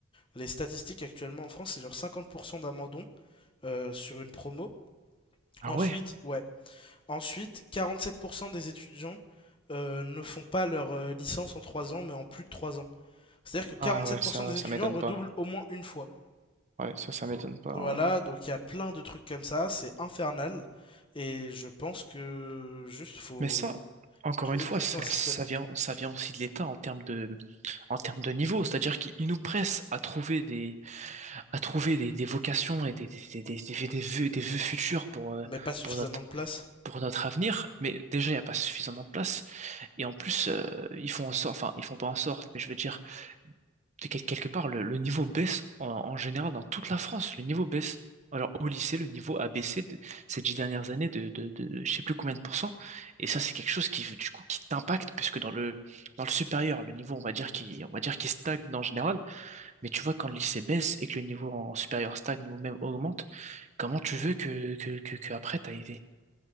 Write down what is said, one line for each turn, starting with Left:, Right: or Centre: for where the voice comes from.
Left: les statistiques actuellement en France, c'est genre 50% d'abandon euh, sur une promo.
Right: Ah
Left: Ensuite,
Right: ouais.
Left: ouais, Ensuite, 47% des étudiants euh, ne font pas leur euh, licence en 3 ans, mais en plus de 3 ans. C'est-à-dire que 47%
Right: Ah ouais, ça,
Left: des
Right: ça
Left: étudiants
Right: m'étonne
Left: redoublent
Right: pas.
Left: au moins une fois.
Right: Ouais, ça, ça m'étonne pas,
Left: Voilà,
Right: en vrai.
Left: donc il y a plein de trucs comme ça, c'est infernal. Et je pense que juste faut,
Right: Mais ça, encore
Left: faut trouver
Right: une fois,
Left: une solution
Right: ça,
Left: à ce
Right: ça
Left: système.
Right: vient, ça vient aussi de l'État en termes de, en termes de niveau. C'est-à-dire qu'il nous presse à trouver des, à trouver des, des vocations et des, des, des, des, des vœux, des vœux futurs pour, euh,
Left: Mais pas suffisamment
Right: pour notre,
Left: de place.
Right: pour notre avenir, mais déjà il n'y a pas suffisamment de place. Et en plus, euh, ils font en sorte, enfin ils font pas en sorte, mais je veux dire, de quel- quelque part, le, le niveau baisse en, en général dans toute la France. Le niveau baisse. Alors au lycée, le niveau a baissé de, ces dix dernières années de, de, de je sais plus combien de pourcents. Et ça, c'est quelque chose qui du coup qui t'impacte, puisque dans le dans le supérieur, le niveau on va dire qui on va dire qui stagne en général. Mais tu vois quand le lycée baisse et que le niveau en supérieur stagne ou même augmente, comment tu veux que que que, que après t'as été